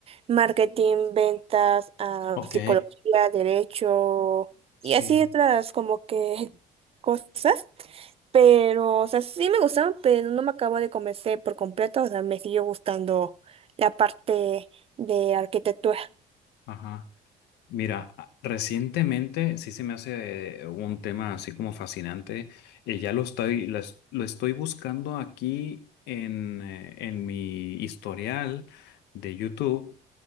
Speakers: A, on the right; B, on the left.
A: Marketing, ventas, ah,
B: ok,
A: psicología, derecho
B: sí,
A: y así otras como que cosas. Pero, o sea, sí me gustaron, pero no me acabo de convencer por completo. O sea, me siguió gustando la parte de arquitectura.
B: ajá. Mira, a- recientemente sí se me hace eh, un tema así como fascinante. eh, ya lo estoy, lo, es- lo estoy buscando aquí en, eh, en mi historial de YouTube.